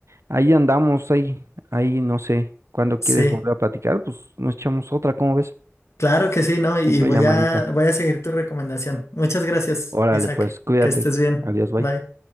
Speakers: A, on the right; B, on the left.
A: ahí andamos, ahí, ahí, no sé. Cuando
B: sí,
A: quieres volver a platicar, pues nos echamos otra, ¿cómo ves?
B: claro que sí, ¿no? Y
A: Otra
B: voy
A: llamadita.
B: a, voy a seguir tu recomendación. Muchas gracias,
A: Órale,
B: Isaac.
A: pues, cuídate.
B: Que estés bien.
A: Adiós, bye.
B: Bye.